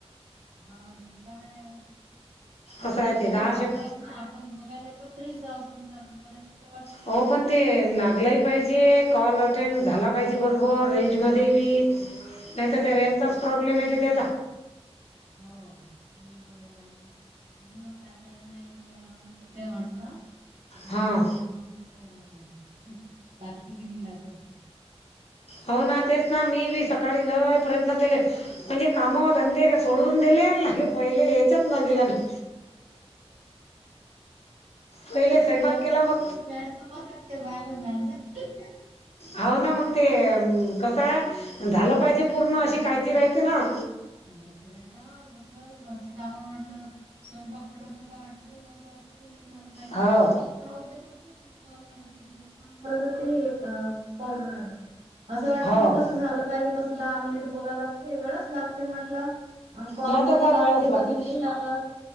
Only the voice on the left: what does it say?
असं
आहे ते दहा
सेक
हो पण ते
लागलंही
पाहिजे, कॉल अटेंड झाला पाहिजे बरोबर
रेंज
मध्ये बी. नाही तर
ते रेंजचाच प्रॉब्लेम येतंय.
हां
हो ना तेच ना मी बी सक सकाळी लय प्रयत्न केले म्हणजे काम धंदे सोडून दिले नाही. पहिले याच्याय नादी लागले. पहिले
स्वयंपाक
केला बघ,
हो ना मंग. ते कसंय, झालं पाहिजे पूर्ण अशी काळजी राहते ना.
हो
हो
नाहीत
काय वेळच लागते,